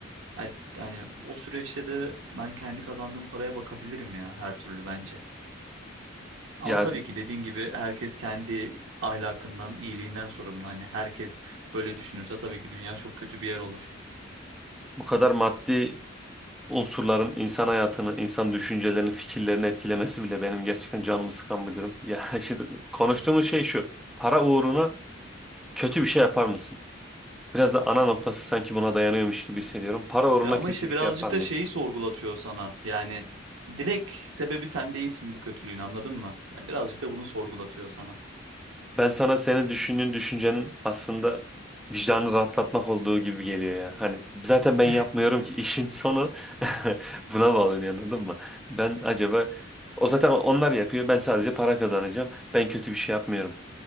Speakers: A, on the right; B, in the centre.
A: Yani, yani o süreçte de ben kendi kazandığım paraya bakabilirim ya her türlü bence. Ama
B: Yani
A: tabii ki dediğin gibi herkes kendi ahlakından, iyiliğinden sorumlu. Hani herkes böyle düşünürse tabii ki dünya çok kötü bir yer olur.
B: bu kadar maddi unsurların insan hayatını, insan düşüncelerini, fikirlerini etkilemesi bile benim gerçekten canımı sıkan bir durum. Ya <laughs> şimdi konuştuğumuz şey şu. Para uğruna kötü bir şey yapar mısın? Biraz da ana noktası sanki buna dayanıyormuş gibi hissediyorum. Para uğruna
A: Ya ama
B: kötü
A: işte
B: bir
A: birazcık
B: şey yapar mıyım?
A: da şeyi sorgulatıyor sana. Yani direkt sebebi sen değilsin bu kötülüğün anladın mı? Yani birazcık da bunu sorgulatıyor sana.
B: Ben sana senin düşündüğün düşüncenin aslında vicdanı rahatlatmak olduğu gibi geliyor ya. Hani zaten
A: <laughs>
B: ben yapmıyorum ki işin sonu <laughs> buna bağlanıyor anladın mı? Ben acaba o zaten onlar yapıyor ben sadece para kazanacağım ben kötü bir şey yapmıyorum.